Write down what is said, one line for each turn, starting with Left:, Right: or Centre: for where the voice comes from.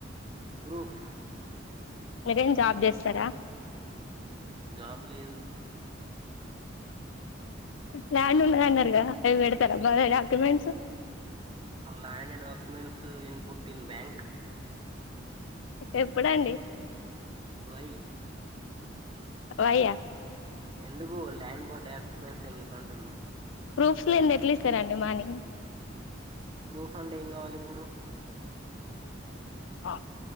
Right: ప్రూఫ్
Left: మీరేం జాబ్ జెస్తర
Right: జాబ్ లేదు
Left: ల్యాండ్ ఉన్నద అన్నారుగా అవి పెడతారా బాగా డాక్యుమెంట్స్
Right: అ ల్యాండ్ డాక్యుమెంట్స్ ఇన్ పుట్టిన్ బ్యాంక్
Left: ఎప్పుడండి
Right: వై
Left: వయ్య
Right: ఎందుకు ల్యాండ్ బార్డ్ డాక్యుమెంట్స్ ఎందుకు అంటున్నా
Left: ప్రూఫ్స్ లేంది ఎట్ల ఇస్తారండి మానీ
Right: ప్రూఫ్ అంటె ఏం కావాలి ఇప్పుడు
Left: ఆ